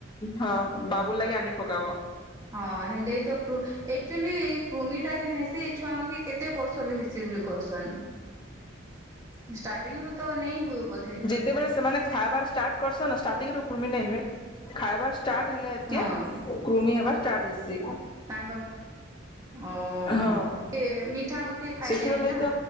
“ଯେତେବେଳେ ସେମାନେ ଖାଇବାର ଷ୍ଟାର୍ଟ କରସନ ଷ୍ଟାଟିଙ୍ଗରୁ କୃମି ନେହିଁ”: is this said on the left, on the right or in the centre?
Left